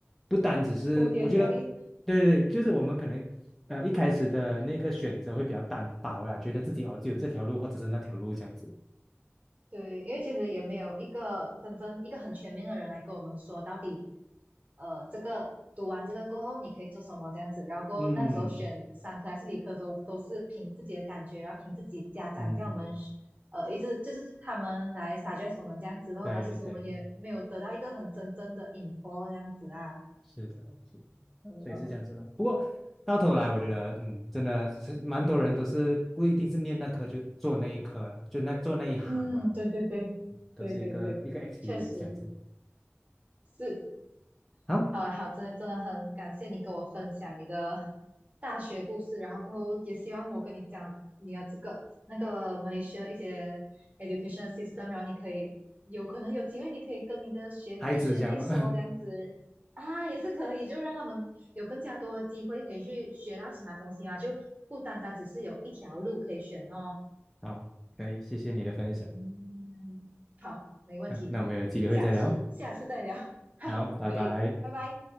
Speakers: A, in the centre; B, on the right.
A: 不单只是我觉得，
B: 蝴蝶效应。
A: 对对对，就是我们可能呃一开始的那个选择会比较单薄啦，觉得自己哦只有这条路或者是那条路这样子，
B: 对，因为其实也没有一个真正一个很全面的人来跟我们说到底，呃，这个读完这个过后你可以做什么这样子。然后过后那时候选商科还是理科的时候，
A: 嗯
B: 都是凭自己的感觉，然后凭自己家长叫我们，
A: 嗯，
B: 呃，一直就是他们来 suggest 我们这样子咯。
A: 对对对。
B: 然后其实我们也没有得到一个很真正的 info 这样子啊。
A: 是的，是的，
B: 嗯，
A: 啊所以是这样子的。不过到头来，我觉得，嗯，真的是蛮多人都是不一定是念那科就做那一科了，就那做那一行了，
B: 嗯对对对，
A: 嗯都是一个一个
B: 对对对，
A: experience
B: 确实
A: 这样子。
B: 是。
A: 好，
B: 好啊，好，真的真的很感谢你跟我分享你的大学故事，然后过后也希望我跟你讲你的这个那个 Malaysia 一些 education system，然后你可以有可能有机会，你可以跟你的学弟学妹说这样子啊，
A: 孩子讲吗？
B: 也是可以，就让他们有更加多的机会可以去学到其他东西嘛，就不单单只是有一条路可以选哦。
A: <laughs> 好，可以，谢谢你的分享。
B: 嗯，好，没问题，
A: 啊。那我们有机会再聊哦。
B: 下期下次再聊，<laughs> 好，
A: 好，拜拜。
B: 可以，拜拜。